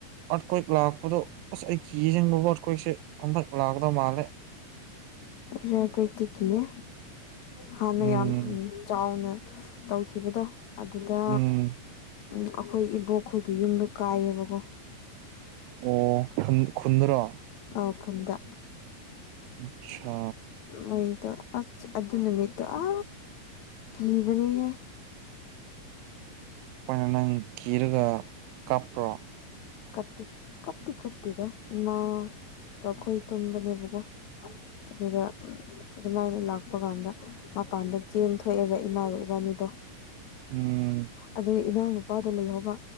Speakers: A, on the right; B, on the left.
A: ꯑꯥꯔꯠ ꯀ꯭ꯋꯦꯛ ꯂꯥꯛꯄꯗꯣ ꯑꯁ ꯑꯩ ꯀꯤꯌꯦꯖꯦꯡꯕ ꯑꯥꯔꯠ ꯀ꯭ꯋꯦꯛꯁꯦ ꯍꯟꯗꯛ ꯂꯀꯗꯧ ꯃꯥꯂꯦ
B: ꯔ ꯀꯨꯏ ꯇꯤ ꯀꯤꯌꯦ ꯍꯥꯟꯅ
A: ꯎꯝ
B: ꯌꯥꯝ ꯆꯥꯎꯅ ꯇꯧꯈꯤꯕꯗꯣ ꯑꯗꯨꯗ
A: ꯎꯝ
B: ꯎꯝ ꯑꯩꯈꯣꯏ ꯏꯕꯣꯛꯈꯣꯏꯒꯤ ꯌꯨꯝꯗꯣ ꯀꯥꯏꯌꯦꯕꯀꯣ
A: ꯑꯣ ꯈꯨꯟ ꯈꯨꯟꯗꯔꯣ
B: ꯑꯧ ꯈꯨꯟꯗ
A: ꯌꯨꯝꯁꯥ
B: ꯃꯣꯏꯗꯣ ꯑꯁ ꯑꯗꯨ ꯅꯨꯃꯤꯠꯇꯣ ꯑ ꯀꯤꯕꯅꯤꯍꯦ
A: ꯈꯣꯏꯅ ꯅꯪ ꯀꯤꯔꯒ ꯀꯥꯞꯄ꯭ꯔꯣ
B: ꯀꯞꯤ ꯀꯞꯇꯤ ꯀꯞꯇꯦꯗ ꯏꯃꯥ ꯀꯈꯣꯢ ꯇꯨꯝꯕꯅꯦꯕꯒꯣ ꯑꯗꯨꯗ ꯎꯝ ꯑꯗꯨꯃꯥꯏꯅ ꯂꯥꯛꯄ ꯀꯥꯟꯗ ꯃꯄꯥꯟꯗ ꯆꯦꯟ ꯊꯣꯛꯑꯦꯕ ꯏꯃꯥ ꯒ ꯏꯕꯥꯅꯤꯗꯣ
A: ꯎꯝ
B: ꯑꯗꯨ ꯏꯅꯥꯎꯅꯄꯥꯗꯣ ꯂꯩꯍꯧꯕ